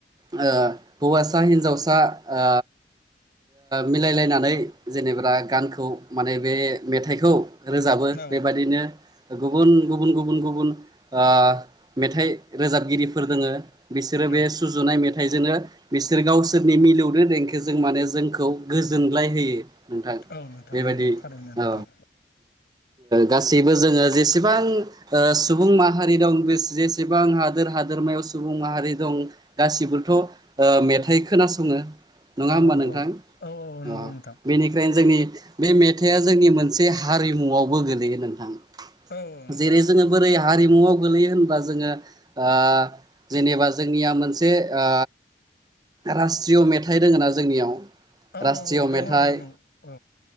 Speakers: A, on the right (about 20°); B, on the left (about 60°).
A: आ हौवासा हिन्जावसा आ मिलायलायनानै जेनेबा गानखौ माने बे मेथाइखौ रोजाबो
B: औ
A: बेबायदिनो
B: नोंथां
A: गुबुन गुबुन गुबुन गुबुन आ मेथाइ रोजाबगिरिफोर दोङो बिसोरो
B: औ
A: बे सुजुनाय मे थाइ जोङो बिसोर गावसोरनि मिलौनो देंखोजों माने जोंखौ गोजोनलाय होयो नोंथां
B: औ नोंथां
A: बेबायदि
B: नंगौ थारैनो
A: औ
B: नोंथां
A: गासैबो जोङो जेसेबां सुबुं माहारि दं जेसे बां हादोर हादोरमायाव सुबुं माहारि दं गासिबोथ' मेथाइ खोनासङो नङा
B: औ
A: होमबा नोंथां
B: औ औ औ
A: अ
B: नंगौ नोंथां
A: बेनिखायनो जोंनि बे मेथाइआ जोंनि मोनसे हारिमुआवबो गोलैयो नोंथां
B: औ नोंथां
A: जेरै जोङो बोरै हारिमुवाव गोलैयो होनोब्ला जोङो आ जेनेबा जोंनिया मोनसे आ रास्ट्रिय' मेथाइ रोङोना जोंनियाव
B: औ
A: राष्ट्रिय
B: औ औ दङ
A: मेथाइ
B: दङ दङ औ